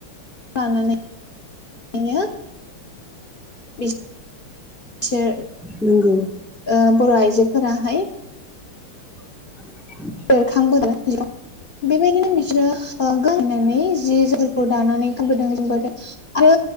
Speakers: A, on the left (about 60°); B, in the centre.
A: <unintelligible> बिनो बि <inaudible> से <inaudible>
B: नोंगौ।
A: ओ बर' आइजोफोराहाय
B: <inaudible> <inaudible>
A: बेरखांबोदों <unintelligible> बेबायदिनो बिसोरो ओ गोहायनानै जि जोमफोरखौ दानानै गानबोदों जोमबोदों। आरो